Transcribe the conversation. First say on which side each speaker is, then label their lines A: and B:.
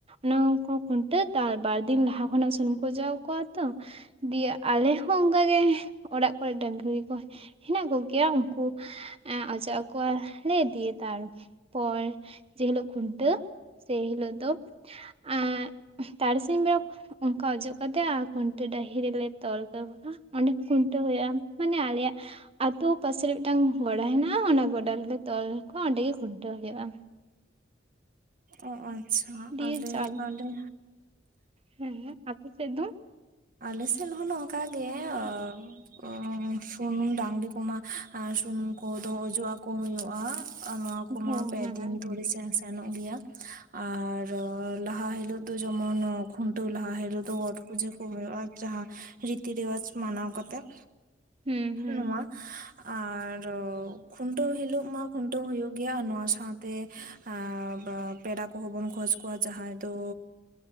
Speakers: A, on the right (about 30°); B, on the right (about 45°).
A: ᱱᱟᱹᱣᱠᱚ ᱠᱷᱩᱱᱴᱟᱹᱣ ᱛᱟᱨ ᱵᱟᱨᱫᱤᱱ ᱞᱟᱦᱟ ᱠᱷᱚᱱᱟᱜ ᱥᱩᱱᱩᱢ ᱠᱚ ᱚᱡᱚᱜ ᱟᱠᱚᱣᱟ ᱛᱚ ᱫᱤᱭᱮ ᱟᱞᱮ ᱦᱚᱸ ᱚᱱᱠᱟᱜ ᱜᱮ ᱚᱲᱟᱜ ᱠᱚᱨᱮ ᱰᱟᱺᱝᱨᱤ ᱠᱚ ᱦᱮᱸᱱᱟᱜ ᱠᱚ ᱜᱮᱭᱟ ᱩᱱᱠᱩ ᱮ ᱚᱡᱚᱜ ᱟᱠᱚᱣᱟ ᱞᱮ ᱫᱤᱭᱮ ᱛᱟᱨᱯᱚᱨ ᱡᱮ ᱦᱤᱞᱚᱜ ᱠᱷᱩᱱᱴᱟᱹᱣ ᱥᱮᱭ ᱦᱤᱞᱚᱜ ᱫᱚ ᱮᱸᱜ ᱛᱟᱨᱟᱥᱤᱧ ᱵᱮᱲᱟ ᱚᱱᱠᱟ ᱚᱡᱚᱜ ᱠᱟᱛᱮᱜ ᱟᱨ ᱠᱷᱩᱱᱴᱟᱹᱣ ᱰᱟᱹᱦᱤ ᱨᱮᱞᱮ ᱛᱚᱞ ᱠᱟᱠᱚᱣᱟ ᱚᱸᱰᱮ ᱠᱷᱩᱱᱴᱟᱹᱣ ᱦᱩᱭᱩᱜᱼᱟ ᱢᱟᱱᱮ ᱟᱞᱮᱭᱟᱜ ᱟᱹᱛᱩ ᱯᱟᱥᱮ ᱨᱮ ᱢᱤᱫᱴᱟᱝ ᱜᱚᱰᱟ ᱦᱮᱱᱟᱜᱼᱟ ᱚᱱᱟ ᱜᱚᱰᱟ ᱨᱮᱞᱮ ᱛᱚᱞ ᱠᱚᱣᱟ ᱚᱸᱰᱮ ᱜᱮ ᱠᱷᱩᱱᱴᱟᱹᱣ ᱦᱩᱭᱩᱜᱼᱟ᱾
B: ᱚ ᱟᱪᱪᱷᱟ
A: ᱫᱤᱭᱮ
B: ᱟᱞᱮ
A: ᱪᱟᱸᱫ
B: ᱟᱞᱮ
A: ᱦᱮᱸ ᱟᱯᱮ ᱥᱮᱫ ᱫᱚ
B: ᱟᱞᱮᱥᱮᱱ ᱦᱚᱸ ᱱᱚᱝᱠᱟ ᱜᱮ ᱚ ᱚ ᱥᱩᱱᱩᱢ ᱰᱟᱺᱝᱨᱤ ᱠᱚᱢᱟ ᱟᱨ ᱥᱩᱱᱩᱢ ᱠᱚᱫᱚ ᱚᱡᱚᱜ ᱟᱠᱚ ᱦᱩᱭᱩᱜᱼᱟ ᱟᱨ ᱱᱚᱣᱟ
A: ᱦᱮᱸ
B: ᱠᱚᱢᱟ ᱯᱮ
A: ᱦᱮᱸ
B: ᱫᱤᱱ
A: ᱦᱮᱸ
B: ᱫᱷᱩᱲᱤ ᱥᱮᱱ ᱥᱮᱱᱚᱜ ᱜᱮᱭᱟ ᱟᱨ ᱞᱟᱦᱟ ᱦᱤᱞᱚᱜ ᱫᱚ ᱡᱮᱢᱚᱱ ᱠᱷᱩᱱᱴᱟᱹᱣ ᱞᱟᱦᱟ ᱦᱤᱞᱚᱜ ᱫᱚ ᱚᱸᱴ ᱯᱩᱡᱟᱹ ᱦᱚᱜ-ᱚᱭ ᱡᱟᱦᱟᱸ ᱨᱤᱛᱤ ᱨᱮᱣᱟᱡ ᱢᱟᱱᱟᱣ ᱠᱟᱛᱮᱜ
A: ᱦᱩᱸ ᱦᱩᱸ
B: ᱱᱚᱶᱟ ᱟᱨ ᱠᱷᱩᱱᱴᱟᱹᱣ ᱦᱤᱞᱚᱜ ᱢᱟ ᱠᱷᱩᱱᱴᱟᱹᱣ ᱦᱩᱭᱩᱜ ᱜᱮᱭᱟ ᱟᱨ ᱱᱚᱶᱟ ᱥᱟᱶ ᱛᱮ ᱟᱵ ᱯᱮᱲᱟ ᱠᱚᱦᱚᱸ ᱵᱚᱱ ᱠᱷᱡᱽ ᱠᱚᱣᱟ ᱡᱟᱦᱟᱸᱭ ᱫᱚ